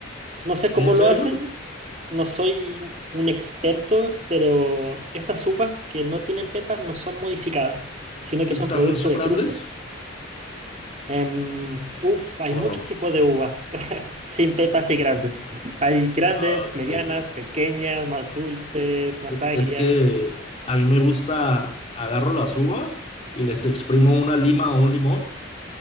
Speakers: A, on the right (about 35°); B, on the left (about 30°).
A: No sé cómo
B: ¿en serio?
A: lo hacen, no soy un experto, pero estas uvas que no tienen pepas no son modificadas, sino
B: ¿Y
A: que son
B: también
A: producto
B: son
A: de
B: grandes
A: cruces. Em, uf, hay
B: o
A: muchos
B: no?
A: tipos de uvas, <laughs> sin pepas y grandes. Hay grandes,
B: Ah, qué
A: medianas,
B: rico.
A: pequeñas, más dulces, más
B: E-
A: agrias.
B: Es que a mí me gusta, agarro las uvas y les exprimo una lima o un limón